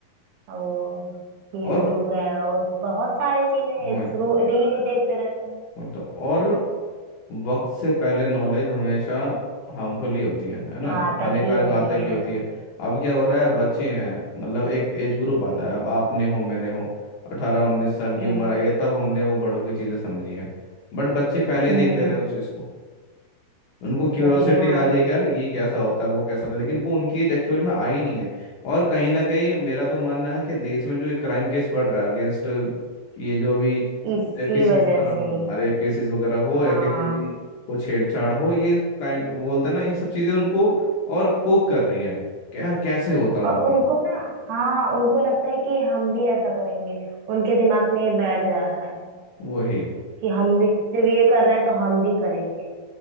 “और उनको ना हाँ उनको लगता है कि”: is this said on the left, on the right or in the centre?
Right